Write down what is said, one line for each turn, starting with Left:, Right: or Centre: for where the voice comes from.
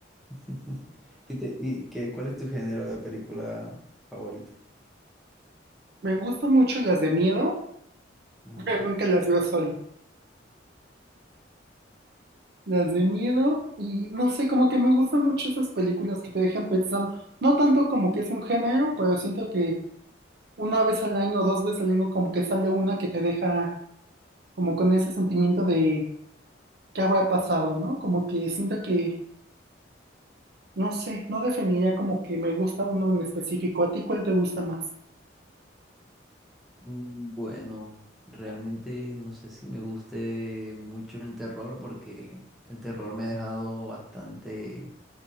Centre: <laughs> ¿Y, te- y qué, cuál es tu género de película favorita?
Right: Me gustan mucho las de miedo,
Centre: Mm.
Right: pero nunca las veo solo. Las de miedo y no sé, como que me gustan mucho esas películas que te dejan pensando, no tanto como que es un género, pero siento que una vez al año o dos veces al año como que sale una que te deja como con ese sentimiento de qué habrá pasado, ¿no? Como que siento que, no sé, no definiría como que me gusta uno en específico. ¿A ti cuál te gusta más?
Centre: Mm, Bueno, realmente no sé si me guste mucho el terror porque el terror me ha dejado bastante,